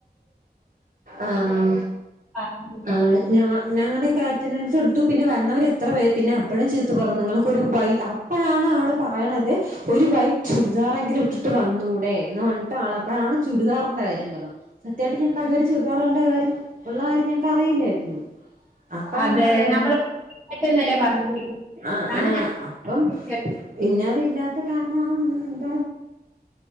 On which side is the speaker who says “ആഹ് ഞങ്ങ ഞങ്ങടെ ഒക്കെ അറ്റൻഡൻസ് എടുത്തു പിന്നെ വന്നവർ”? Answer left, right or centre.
Right